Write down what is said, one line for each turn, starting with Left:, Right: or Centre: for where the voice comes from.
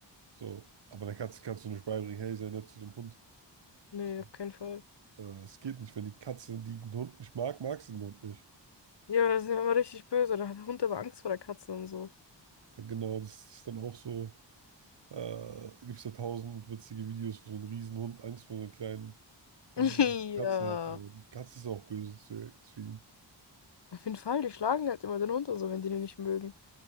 Right: So, aber der Katze kannst du nicht beibringen, hey, sei nett zu dem Hund.
Left: nee,
Right: So,
Left: auf keinen Fall.
Right: Äh, Es geht nicht. Wenn die Katze den Hund nicht mag, mag sie den Hund nicht.
Left: Ja, da sind wir immer richtig böse. Da hat der Hund aber Angst vor der Katze und so.
Right: Dann genau, das ist dann auch so, äh, gibt es ja tausend witzige Videos, wo so ein Riesenhund Angst vor so einer kleinen Mini-Katze
Left: <laughs> Ja.
Right: hat. Aber die Katze ist auch böse zu, zu ihm.
Left: Auf jeden Fall, die schlagen halt immer den Hund und so, wenn die den nicht mögen.